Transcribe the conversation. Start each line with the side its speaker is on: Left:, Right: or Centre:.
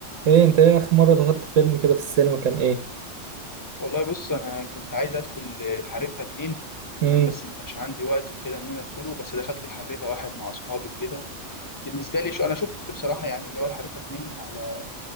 Right: ايه انت ايه اخر مرة دخلت فيلم كده في السينما كان ايه
Left: والله بص انا كنت عايز ادخل الحريفه اتنين
Right: امم
Left: تمام بس ما كانش عندي وقت وكده ان انا ادخله بس دخلت الحريفه واحد مع اصحابي وكده بالنسبه لي شو انا شفت بصراحه يعني اللي هو الحريفه اتنين على